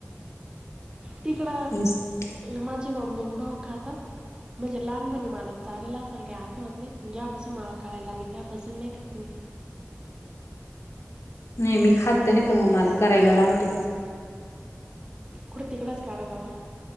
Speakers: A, on the right; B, on the left.
A: तिकड
B: म्हणे
A: माझी मम्मी भाऊ खाता माझ्या लहानपणी मला शाळेला असन काय आठवत नाही पण ज्यापासून मला कळायला लागलं त्यापासून नाही का तुम्ही.
B: नाही मी खात नाही पण मग मला करायला लागतो.
A: कुड तिकडच काडागावला